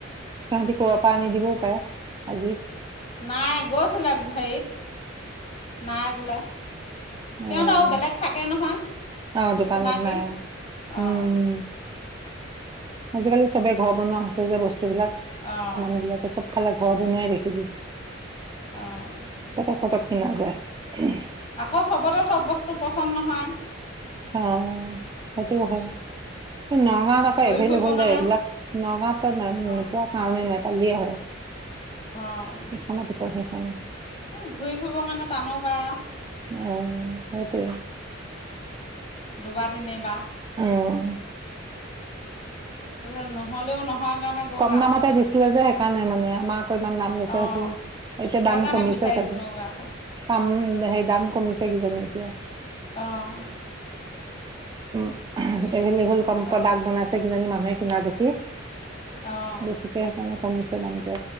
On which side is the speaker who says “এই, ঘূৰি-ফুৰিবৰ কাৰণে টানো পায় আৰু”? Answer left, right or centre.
Left